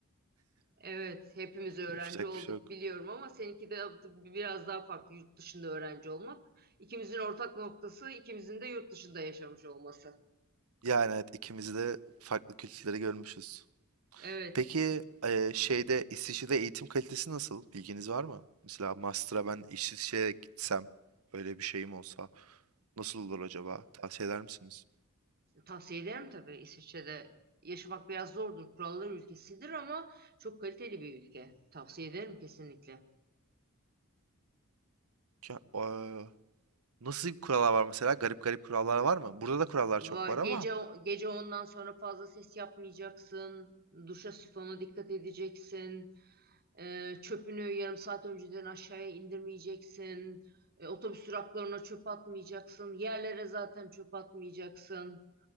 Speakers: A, on the right; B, on the right.
A: Evet, hepimiz öğrenci
B: Yapacak
A: olduk
B: bir şey yok.
A: biliyorum ama seninki de tabii biraz daha farklı yurt dışında öğrenci olmak. İkimizin ortak noktası ikimizin de yurt dışında yaşamış olması.
B: Yani evet ikimiz de farklı kültürleri görmüşüz.
A: Evet,
B: Peki eee, şeyde İsviçre'de eğitim kalitesi nasıl? Bilginiz var mı? Mesela master'a ben İsviçre'ye gitsem öyle bir şeyim olsa nasıl olur acaba? Tavsiye eder misiniz?
A: tavsiye ederim tabii İsviçre'de yaşamak biraz zordur. Kurallar ülkesidir ama çok kaliteli bir ülke. Tavsiye ederim kesinlikle.
B: Ya, eee, nasıl kurallar var mesela? Garip garip kurallar var mı? Burada da kurallar
A: Va-
B: çok var
A: Gece
B: ama.
A: gece ondan sonra fazla ses yapmayacaksın. Duşa sifona dikkat edeceksin. Ee, çöpünü yarım saat önceden aşağıya indirmeyeceksin. Ee, otobüs duraklarına çöp atmayacaksın. Yerlere zaten çöp atmayacaksın.